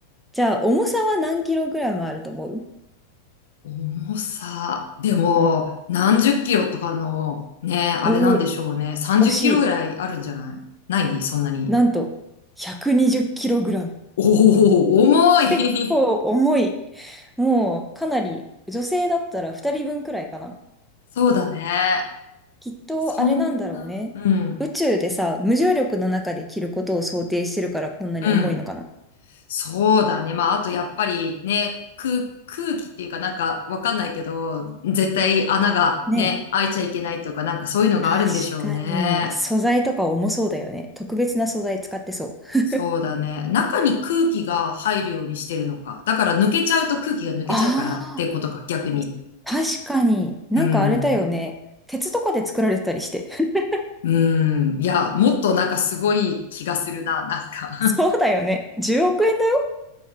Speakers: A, in the centre; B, on the left (about 60°).
A: じゃあ、重さは何キログラムあると思う
B: 重さ。でも、
A: うん
B: 何十キロとかの、ね、あれなんでしょうね。
A: おお、
B: 30キロぐらいあるんじゃないないそんなに。
A: 惜しい。なんと、120キログラム。
B: おお、重い。
A: 結構重い。もう、かなり、女性だったら2人分くらいかな。
B: <laughs> そうだね。
A: きっと、
B: そんな、
A: あれなんだろうね。
B: うん、
A: 宇宙でさ、無重力の中で着ることを想定してるからこんなに重いのかな。
B: うん。そうだね。まあ、あとやっぱりね、空、空気っていうかなんかわかんないけど、絶対穴がね、
A: ねえ。
B: 開いちゃいけないとかなんかそういうのがあるんでしょうね。
A: 確かに、素材とか重そうだよね。特別な素材使ってそう。
B: そうだね。中に空気が入るようにしてるのか。だから抜けちゃうと空気が抜けちゃうからってことか、
A: ああ、
B: 逆に。
A: 確かに。なんかあれだよね。
B: うん。
A: 鉄とかで作られてたりして。<laughs>
B: うん。いや、もっとなんかすごい気がするな、なんか
A: そうだよね。10億円だよ。